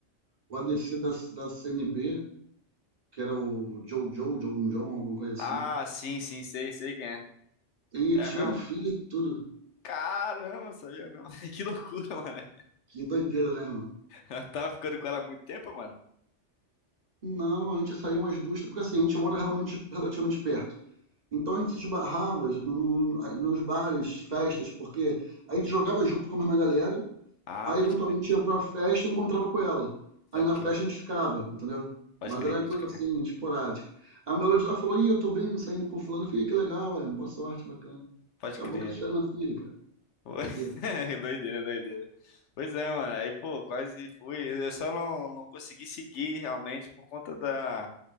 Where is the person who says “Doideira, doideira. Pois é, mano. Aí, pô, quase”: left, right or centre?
Left